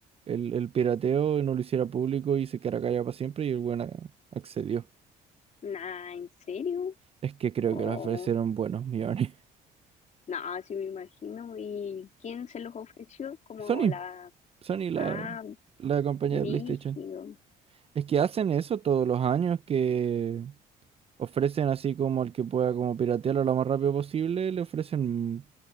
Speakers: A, on the right; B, on the left.
A: el, el pirateo y no lo hiciera público y se quedara callado para siempre y el buen accedió.
B: nah, ¿en serio?
A: Es que creo
B: Oh,
A: que le ofrecieron buenos millones.
B: nah, sí me imagino. ¿Y quién se los ofreció?
A: <laughs>
B: Como
A: Sony,
B: la...
A: Sony la,
B: Ah,
A: la compañía
B: Brígido.
A: de PlayStation. Es que hacen eso todos los años que ofrecen así como al que pueda como piratearlo lo más rápido posible, le ofrecen